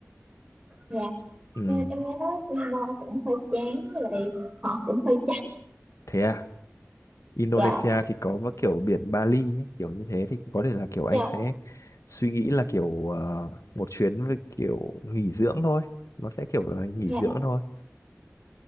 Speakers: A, on the right; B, on the left.
A: dạ.
B: ừ.
A: Nghe- Em nghe nói Singapore cũng hơi chán với lại họ cũng hơi chặt.
B: thế à Indonesia
A: Dạ,
B: thì có một kiểu biển Bali ấy, kiểu như thế thì có thể là kiểu anh
A: dạ,
B: sẽ suy nghĩ là kiểu ờ, một chuyến với kiểu nghỉ dưỡng thôi nó sẽ kiểu là nghỉ
A: dạ,
B: dưỡng thôi